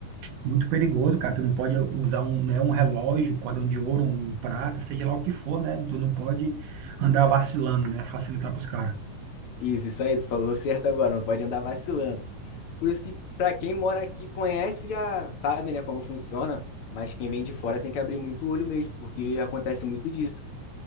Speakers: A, on the right; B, on the left.
A: muito perigoso, cara. Tu não pode usar um, né, um relógio, um cordão de ouro, um prata, seja lá o que for, né? Tu não pode andar vacilando, né? Facilitar pros caras.
B: Isso, isso aí, tu falou certo agora, não pode andar vacilando. Por isso que, para quem mora aqui, conhece, já sabe, né, como funciona. Mas quem vem de fora tem que abrir muito o olho mesmo, porque acontece muito disso.